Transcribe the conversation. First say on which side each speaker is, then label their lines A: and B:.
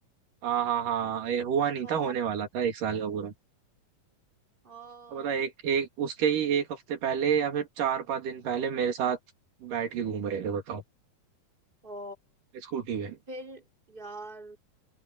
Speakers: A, on the right (about 85°); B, on the right (about 15°).
A: हाँ हाँ हाँ ये हुआ नहीं
B: ओ
A: था होने वाला था एक साल का पूरा
B: ओ
A: अब बता एक एक उसके ही एक हफ्ते पहले या फिर चार पांच दिन पहले मेरे साथ बैठ के घूम रहे थे बताओ
B: ओ
A: स्कूटी पे
B: फिर यार